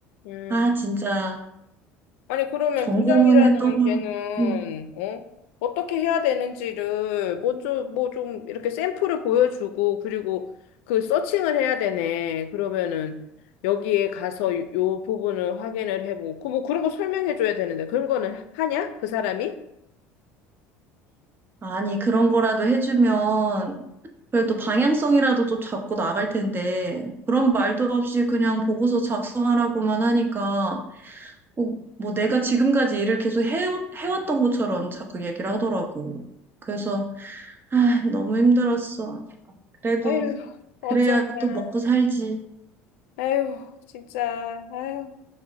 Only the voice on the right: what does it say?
아, 진짜
전공했던
거랑,
음,
아니, 그런 거라도 해주면 그래도 방향성이라도 좀 잡고 나갈 텐데, 그런 말도 없이 그냥 보고서 작성하라고만 하니까, 뭐, 뭐 내가 지금까지 일을 계속 해, 해왔던 것처럼 자꾸 얘기를 하더라고. 그래서, 아, 너무 힘들었어. 그래도,
그래야 또 먹고 살지.